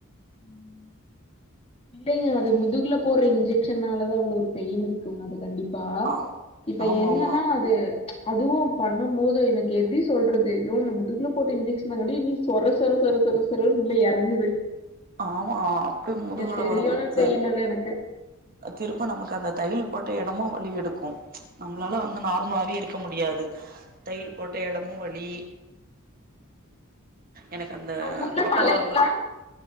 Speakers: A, on the left; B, on the right.
A: ம் இல்லைங்க அது முதுகுல போற இன்ஜெக்ஷனாலதான் அதுல ஒரு பெயின் இருக்குங்க அது கண்டிப்பா பா
B: ஆ
A: இப்ப
B: ஆமா
A: என்னனா
B: ஆமா
A: அது அதுவு பண்ணும்போது எனக்கு எப்டி சொல்றது அய்யோ அந்த முதுகுல போட்ட இன்ஜெக்ஷன்காட்டி நீ சொர சொர சொர ரன்னு உள்ள எறங்குது
B: ஆமா அப்யே முதுகுல
A: செரியான
B: ஒரு குத்து
A: பெய்னு அது எனக்கு
B: திருப்ப நமக்கு அந்த தய்யல் போட்ட எடமு வலி எடுக்கு நம்மளால வந்து நார்மலாவே இருக்க முடியாது தைய்யல் போட்ட இடமு வலி எனக்கு அந்த
A: உங்க ஊர்ல
B: பாப்பாவ
A: மழைங்களா